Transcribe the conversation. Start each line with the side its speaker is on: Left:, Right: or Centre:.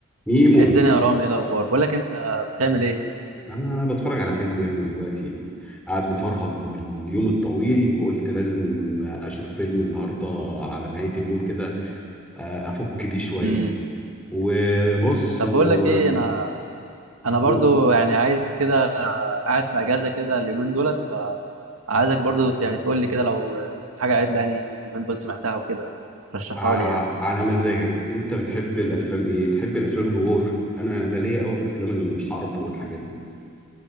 Centre: ميمو
Right: ايه الدنيا يا رامي ايه الاخبار بقول لك انت بتعمل ايه
Centre: انا بتفرج على فيلم يا ابني دلوقتي قاعد مفرهد من اليوم الطويل وقلت لازم اشوف فيلم النهارده على نهاية اليوم كده آه، افك بيه شوية
Right: امم
Centre: وبص
Right: طب
Centre: و...
Right: بقول لك ايه انا انا برضو
Centre: و...
Right: يعني عايز كده قاعد في اجازه كده اليومين دولت فعايزك برضو يعني تقول لي كده لو حاجه عدله يعني اليومين دول سمعتها وكده رشحها
Centre: ع-
Right: لي يعني
Centre: على مزاجك انت بتحب الافلام ايه تحب الافلام الوور انا انا ليا قوي في افلام الحرب والحاجات دي